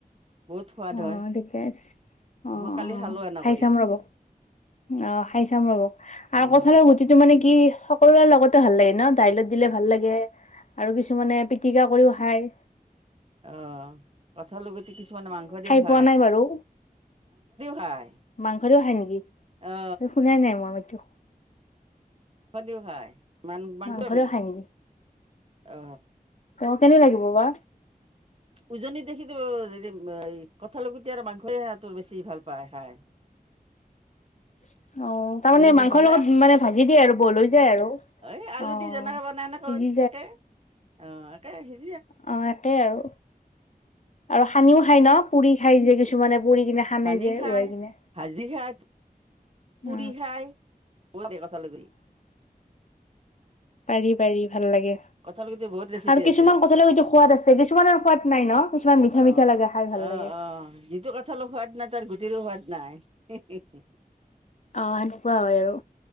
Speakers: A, on the right; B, on the left.
A: বহুত সোৱাদ
B: অ
A: হয়।
B: ঠিকে আছে। অঁ-অঁ,
A: মই কালি খালো এনে
B: খাই
A: কৰি
B: চাম ৰব, অঁ খাই চাম ৰব।
A: অ
B: আৰু কঁঠালৰ গুটিটো মানে কি সকলোৰে লগতে ভাল লাগে ন। দাইলত দিলে ভাল লাগে আৰু কিছুমানে পিটিকা কৰিও খায়।
A: অঁ! কঁঠালৰ গুটি কিছুমানে মাংস দিও খা
B: খোৱা নাই বাৰু।
A: খায়
B: মাংস দিও খাই নেকি?
A: অ
B: শুনাই নাই মই এইটো।
A: মাংস দিও খায়। মান
B: মাংস
A: আমি
B: দিও খায় নি?
A: অ
B: ত কেনে লাগিব বা?
A: উজনিত দেখিছোঁ <unintelligible> কঁঠাল গুটি আৰু মাংসই সিহঁতৰ বেছি ভাল পায় খায়।
B: অঁ! তাৰমানে
A: উজনিৰ
B: মাংসৰ
A: ফালে
B: লগত মানে ভাজি দিয়ে আৰু ব‌ইল হৈ যায় আৰু।
A: এই আলু
B: অ
A: দি যেনেকে বনাই এনেকৈ
B: সিজি
A: একেই অঁ একেই <unintelligible>
B: অঁ! একেই আৰু। আৰু সানিও খাই ন? পুৰি খাই যে কিছুমানে পুৰি কিনে সানে
A: সানি
B: যে
A: খায়,
B: উহাই কিনে
A: ভাজি খায়। পুৰি
B: অ
A: খায়। বইল দে কঁঠালগুটি <unintelligible>
B: পাৰি-পাৰি ভাল লাগে।
A: কঁঠালৰ গুটি বহুত ৰেচিপি
B: আৰু কিছুমান
A: আছে
B: কঁঠালৰ গুতি সোৱাদ আছে, কিছুমানৰ সোৱাদ নাই ন? কিছুমান মিঠা-মিঠা
A: অ
B: লাগে, খাই ভাল
A: অ
B: লাগে।
A: অ যিটো কঁঠালৰ সোৱাদ নাই তাৰ গুটিৰো সোৱাদ নাই। <inaudible>
B: অঁ সেনেকুৱা হয় আৰু।